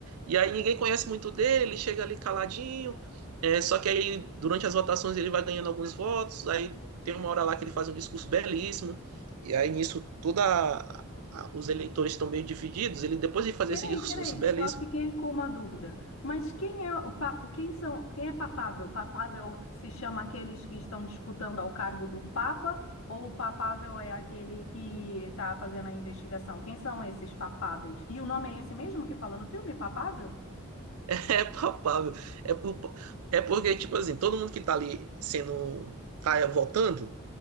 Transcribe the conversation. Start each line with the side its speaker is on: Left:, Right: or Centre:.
Right: E aí ninguém conhece muito dele, ele chega ali caladinho, é, só que aí durante as votações ele vai ganhando alguns votos, aí tem uma hora lá que ele faz um discurso belíssimo, e aí nisso toda a- a- os eleitores estão meio divididos, ele depois de fazer
Left: Peraí,
Right: esse discurso
Left: peraí,
Right: belíssimo,
Left: só fiquei com uma dúvida. Mas quem é o papo? Quem são? Quem é papável? Papável se chama aqueles que estão disputando ao cargo do Papa ou o papável é aquele que está fazendo a investigação? Quem são esses papáveis? E o nome é esse mesmo que fala no filme, papável?
Right: <laughs> é papável, é, por- é porque tipo assim, todo mundo que tá ali sendo tá votando